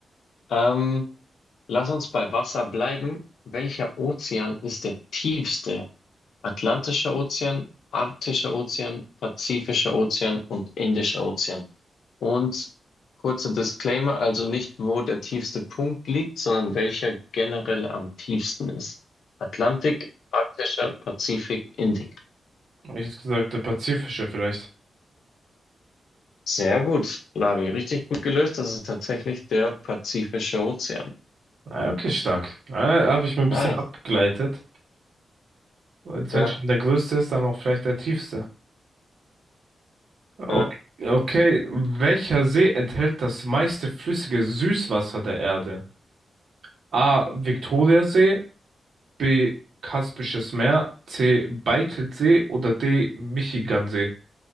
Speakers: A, on the left; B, on the right.
A: Ähm, lass uns bei Wasser bleiben. Welcher Ozean ist der tiefste? Atlantischer Ozean, Arktischer Ozean, Pazifischer Ozean und Indischer Ozean. Und kurzer Disclaimer, also nicht, wo der tiefste Punkt liegt, sondern welcher generell am tiefsten ist. Atlantik, Arktischer, Pazifik, Indik.
B: Habe ich jetzt gesagt, der Pazifische vielleicht.
A: Sehr gut, Lavi. Richtig gut gelöst. Das ist tatsächlich der Pazifische Ozean.
B: Ah, okay, stark. Ah, habe ich mir ein
A: Nice.
B: bisschen abgeleitet. Als wenn
A: Ja,
B: schon der größte ist, dann auch vielleicht der tiefste. Okay.
A: ja.
B: Okay, welcher See enthält das meiste flüssige Süßwasser der Erde? A. Viktoriasee, B. Kaspisches Meer, C. Baikalsee oder D. Michigansee?